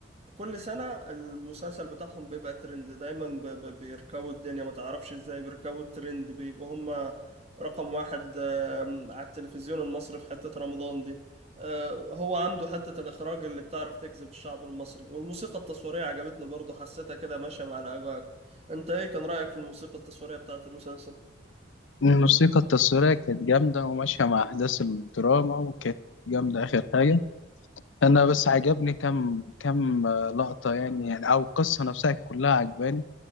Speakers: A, on the right; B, on the left.
A: كل سنة المسلسل بتاعهم بيبقى ترند دايما ب- ب- بيركبوا الدنيا ما تعرفش ازاي بيركبوا الترند بيبقوا هما رقم واحد آم، على التلفزيون المصري في حتة رمضان دي آه، هو عنده حتة الإخراج اللي بتعرف تجذب الشعب المصري والموسيقى التصويرية عجبتني برضه حسيتها كده ماشية مع الأجواء انت ايه كان رأيك في الموسيقى التصويرية بتاعة المسلسل؟
B: الموسيقى التصويرية كانت جامدة وماشية مع أحداث الدراما وكانت جامدة آخر حاجة أنا بس عجبني كم كم لقطة يعني يعني أو القصة نفسها كلها عجباني